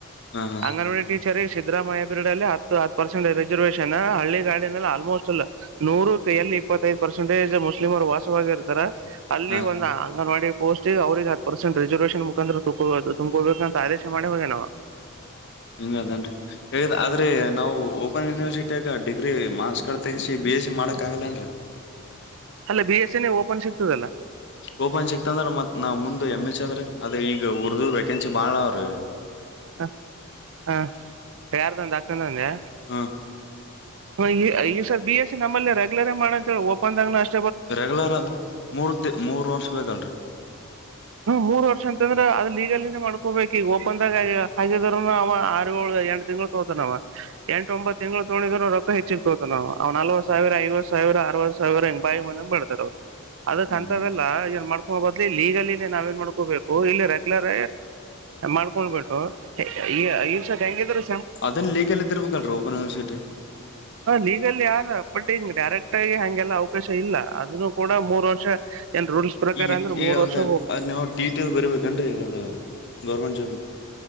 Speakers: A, on the left (about 55°); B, on the right (about 65°).
A: ಹಾ ಹಾ
B: ಅಂಗನ ಕರಿ ಸಿದ್ದರಾಮಯ್ಯ ಬಿರಡಲ್ಲಿ ಹತ್ತು ಹತ್ತು ಪರ್ಸೆಂ ರಿಸರ್ವೇಷನ್ ಹಳ್ಳಿ ಗಾಡಿನಲ್ಲಿ ಆಲ್ಮೋಸ್ಟ್ ಅಲ್ಲ ನೂರ ಕ ಎಲ್ಲಿ ಇಪ್ಪತ್ತೈದು ಪರ್ಸೆಂಟೇಜ್ ಮುಸ್ಲಿಮರ್ ವಾಸವಾಗಿರ್ತಾರ ಅಲ್ಲಿ
A: ಹಾ
B: ಒಂದ ಅಂಗನವಾಡಿ ಪೋಸ್ಟ್ ಗ ಅವ್ರಿಗೆ ಹತ್ತು ಪರ್ಸೆಂಟ್ ರಿಸರ್ವೇೇಶನ್ ಮುಖಾಂದ್ರ ತಕೊಬದು ತುಂಬಕೋಬೇಕ ಅಂತ ಆದೇಶ ಮಾಡಿ ಹೋಗೇ ನಾವವು
A: ಹಂಗ ಅದೇನ್ ಹೇಗ ಆದ್ರೆ ನಾವು ಓಪನ್ ಯೂನಿವರ್ಸಿಟಿಾಗ ಡಿಗ್ರಿ ಕಡೆ ತೆಗಸಿ ಬಿ ಎಸ್ ಸಿ ಮಾಡಕ್ ಆಗಲ್ಲೇನ್ರರಿ
B: ಅಲ್ಲ ಬಿ ಎಸ್ ಎ ಓಪನ್ ಸಿಗ್ತದಲ್ಲ
A: ಓಪನ್ ಸಿಕ್ತಂದ್ರ ಮತ್ ನಾವ್ ಮುಂದ ಎಮ್ ಎಚ್ ಅದ್ರೆ ಅದ ಈಗ ಉರ್ದು ವೇಕೆನ್ಸಿ ಬಾಳ ಅವ್ರೀ
B: ಹ ಹಾ ಯಾರದಂದು ತಕ್ಕಂತಂದೆಯ
A: ಹ
B: ಹ ಈ ಸರ್ ಬಿ ಎ ಸಿ ನಮ್ಮಲ್ಲಿೆ್ಯಲರ್ ಮಾಡ ಅಂತ ಹೇಳಿ ಓಪಂದದಾಗ ನ ಅಷ್ಟ
A: ರೆಗ್ಯುಲರ್ ಮೂರ್ ದ ಮೂರ್ ವರ್ಷ ಬೇಕಲ್ರರಿ
B: ಮೂರು ವರ್ಷ ಅಂತಂದ್ರೆ ಅದ ಲೀಗಲಿನೇ ಮಾಡ್ಕೋಬೇಕಕ್ ಈಗ ಓಪನ್ದಾಗ ಆಗ ಹಾಗಿದ್ರ ಅವ ಆರುಳ ಎಟಟ್ ತಿಂಗಂಗಳು ತೋತಾನವ ಎಂಟ ಒಂಬತ್ತು ತಿ್ಗಳು ತೋೊಂಡಿದ್ ರೊಕ್ಕ ಹೆಚ್ಚಿಗ್ ತೋತಾನ ಅವ ಅವ್ ನಲ್ವತ್ ಸಾವಿರ ಐವತ್ತು ಸಾವಿರ ಅರವತ್ ಸಾವಿರ ಹಂಗ್ ಬಾಯಿ ಹೊಂದ ಬಡತಾರ ಅವ್ ಅದಕ್
A: ಹ್ಮ್
B: ಅಂತವೆಲ್ಲ ಏನ್ ಮಾಡ್ಕೊಂಡ ಬ ಲ್ಲಿ ಲೀಗಲಿ ನಾವೇನ್ ಮಾಡ್ಕೋಬೇಕು ಇಲ್ಲಿ ರೆಗ್ಯುಲರ್ ಮಾಡ್ಕೊಂಡಬೇು ಹ ಈ ಈರ್ ಸದ ಹೆಂಗಿದ್ರರು
A: ಅದನ್ ಲೀಗಲ್ ಇದಿರ್ಬೇಕಲ್ರರಿ ಓಪನ್ ಯೂನಿವರ್ಸಿಟಿ
B: ಲೀಗ ಆದ ಬಟ್ ಹ ಡರೆಕ್ಟ್ ಆಗ ಲ್ಲ ಅವಕಾಶ ಇಲ್ಲ ಅದೂ ಕೂಡ ಮೂರ್ ವರ್ಷ ಏನ್ ರೂಲ್ಸ್ ಪ್ರಕಾರ
A: ಈಗ
B: ಅಂದ್ರೆ
A: ಈಗ
B: ಮೂರ್
A: ಅದ
B: ವರ್ಷ
A: ಅದ್ ನಾವು ಟಿ ಟಿಲ್ ಬರಿಬೇಕನ್ೀ ಈ ಅದ ಗೌರ್ಮೆಂಟ್ ಜಾಬಗೆ